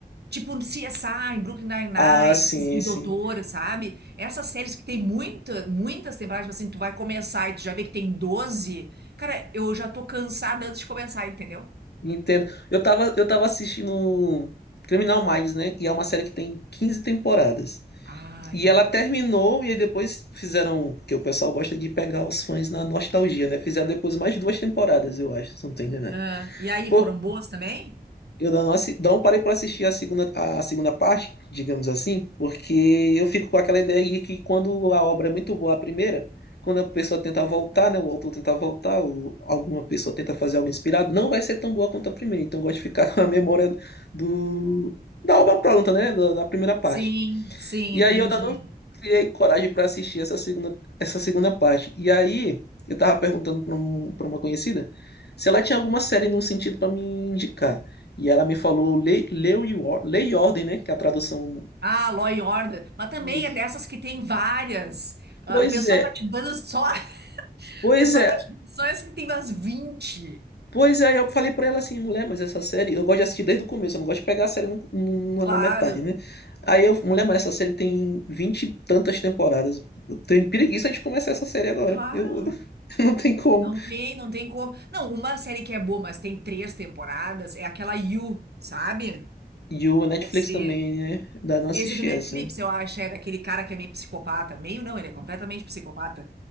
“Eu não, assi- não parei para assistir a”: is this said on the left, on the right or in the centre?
Left